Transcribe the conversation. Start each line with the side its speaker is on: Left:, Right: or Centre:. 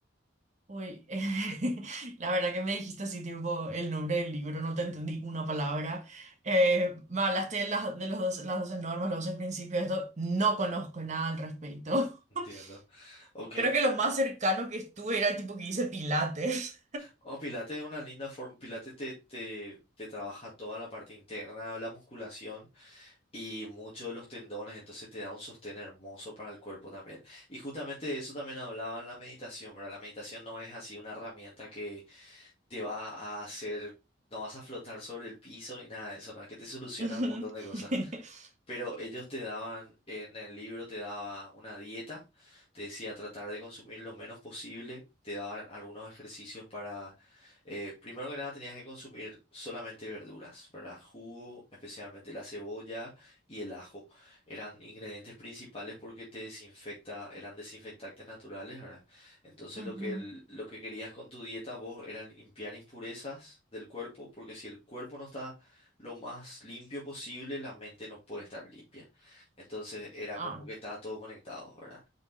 Right: Uy, <laughs> la verdad que me dijiste así, tipo, el nombre del libro, no te entendí una palabra. Eh, me hablaste de, las, de los 12 las 12 normas, los 12 principios, esto, no conozco nada al respecto.
Left: Entiendo.
Right: <laughs>
Left: Ok.
Right: Creo que lo más cercano que estuve era el tipo que hice pilates.
Left: Oh, Pilates es una linda forma. Pilates te, te, te trabaja toda la parte interna, la musculación. y muchos de los tendones, entonces te da un sostén hermoso para el cuerpo también. Y justamente de eso también hablaba en la meditación, ¿verdad? La meditación no es así una herramienta que te va a hacer, no vas a flotar sobre el piso ni nada de eso, no es que te soluciona
Right: <laughs> Ujú.
Left: un montón de
Right: <laughs>
Left: cosas pero ellos te daban, en el libro te daba una dieta, te decía tratar de consumir lo menos posible, te daban algunos ejercicios para, eh, primero que nada tenías que consumir solamente verduras, ¿verdad? Jugo, especialmente la cebolla y el ajo, eran ingredientes principales porque te desinfecta, eran desinfectantes naturales, ¿verdad? Entonces
Right: Ujú.
Left: lo que, el- lo que querías con tu dieta vos era limpiar impurezas del cuerpo, porque si el cuerpo no está lo más limpio posible, la mente no puede estar limpia. Entonces era
Right: Ah,
Left: como que estaba todo conectado, ¿verdad?